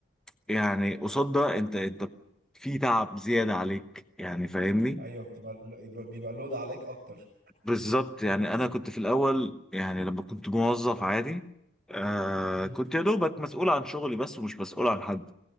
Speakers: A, in the centre; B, on the right.
A: يعني قصاد ده انت انت في تعب زيادة عليك يعني فاهمني؟
B: ايوه بتبقى بيبقى لود عليك اكتر
A: بالظبط يعني انا كنت في الاول يعني لما كنت موظف عادي آه
B: مم.
A: كنت يا دوبك مسؤول عن شغلي بس ومش مسؤول عن حد